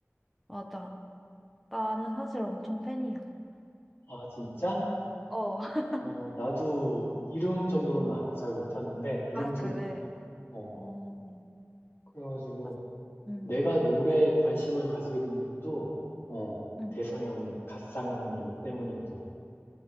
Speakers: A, in the centre; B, on the left (about 55°).
A: 맞아. 나는 사실 엄청 팬이야.
B: 아, 진짜?
A: 어, <laughs>
B: 어, 나도 이름 정도는 알아. 잘 못하는데, 이름
A: 아,
B: 정도는
A: 그래.
B: 알아. 어,
A: 어,
B: 그래가지고
A: 사- 음,
B: 내가 롤에 관심을 가지게 된 것도, 어,
A: 음,
B: 대상 형님, 갓상 형님 때문이거든.